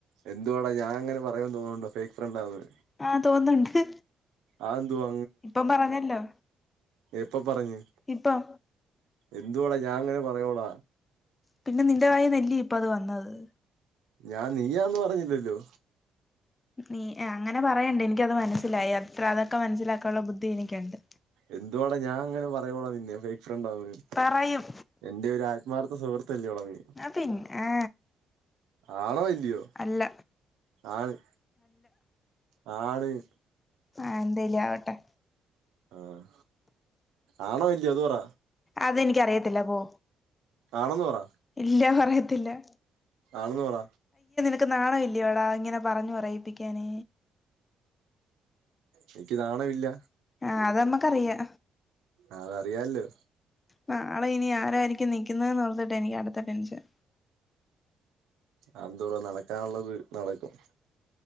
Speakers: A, on the right; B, on the left.
A: എന്തുവാടാ ഞാ അങ്ങനെ പറയുന്ന് തോന്നണുണ്ടോ ഫേക്ക് ഫ്രണ്ടാന്ന്.
B: ആഹ് തോന്നണ്ട്
A: അതെന്തുവാ
B: ഇപ്പം പറഞ്ഞല്ലോ.
A: എപ്പം പറഞ്ഞ്
B: ഇപ്പം
A: എന്തുവാട ഞാ അങ്ങനെ പറയോട.
B: പിന്നെ നിന്റെ വായെ നെല്ലി ഇപ്പഅത് വന്നത്.
A: ഞാൻ നീയാന്ന് പറഞ്ഞില്ലല്ലോ.
B: നീ അങ്ങനെ പറയണ്ട് എനിക്കത് മനസ്സിലായി. അത്ര അതൊക്കെ മനസ്സിലാക്കാള്ള ബുദ്ധി എനിക്കുണ്ട്.
A: എന്തുവാടാ ഞാ അങ്ങനെ പറയോളാ നിന്നെ ഫേ ഫ്രണ്ടന്ന്
B: പറയും
A: എന്റെ ഒരു ആത്മാർത്ഥ സുഹൃത്ത് തല്യോടാ നീ
B: പിന്നെ ആ
A: ആണോ ഇല്ലിയോ
B: അല്ല
A: ആണ് ആണ്. പറയും.
B: ആഹ് എന്തലു ആവട്ടെ.
A: ആഹ് ആണോ ല്ലിയോ അത് പറ.
B: അതെനിക്കറിയത്തില്ല പോ.
A: ആണന്ന് പറ.
B: ഇല്ല പറയത്തില്ല.
A: ആണന്ന് പറ.
B: ക്ക് നാണോ ഇല്ല്യോടാ ഇങ്ങനെ പറഞ്ഞു പറയിപ്പിക്കാന്.
A: എനിക്ക്നാണ ഇല്ല.
B: ആഹ് അത് നമ്മക്കറിയാ.
A: ആഹ് അതറിയല്ലോ.
B: നാളെ ഇനി ആരായിരിക്കും നിക്കുന്നെന്ന് ഓർത്തിട്ട് എനിക്ക് അടുത്ത ടെൻഷൻ.
A: ആന്തോറ നടക്കാനുള്ളത് നടക്കും.